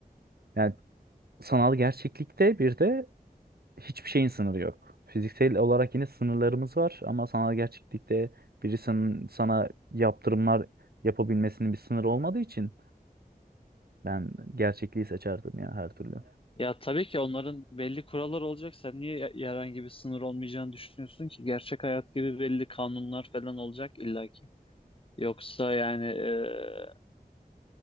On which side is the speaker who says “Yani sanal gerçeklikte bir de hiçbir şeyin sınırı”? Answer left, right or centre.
Right